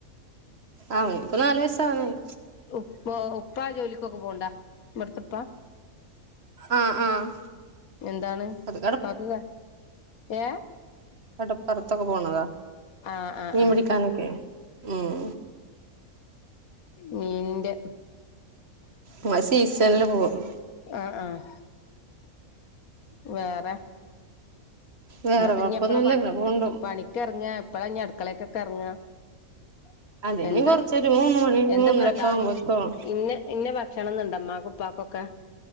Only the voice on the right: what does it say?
ആയി ഇപ്പൊ നാല്‌വയസുകാനായി.
ആഹ് ആഹ്
അത്
കടപോർത്തക്കേ പോണത
മീൻപുടിക്കാനക്കെ
ഉം
ഉം സീസൺല്ല് പോകും
വേറെ
കൊഴപ്പൊന്നുല്ല
ഇങ്ങനെ പോണ്ട്
അത് ഇനി
കൊറച്ചൊരു മൂന്ന് മണി
മൂന്നരൊക്കെ
ആവുമ്പോത്തോളും